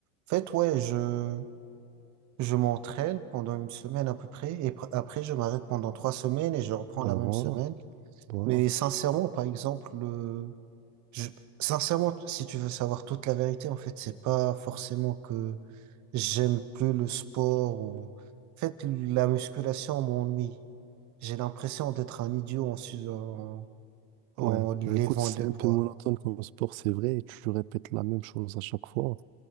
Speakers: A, on the right; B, on the right.
A: fait, ouais, je, Je m'entraîne pendant une semaine à peu près et pr- après je m'arrête pendant trois semaines et je reprends
B: Ben
A: la même
B: voilà,
A: semaine.
B: voilà.
A: Mais sincèrement, par exemple, le... je... sincèrement, si tu veux savoir toute la vérité, en fait, c'est pas forcément que j'aime plus le sport ou en fait la musculation m'ennuie. J'ai l'impression d'être un idiot en, su- en... en
B: Ouais,
A: levant
B: ben écoute, c'est
A: des
B: un
A: poids.
B: peu monotone comme sport, c'est vrai. Tu répètes la même chose à chaque fois.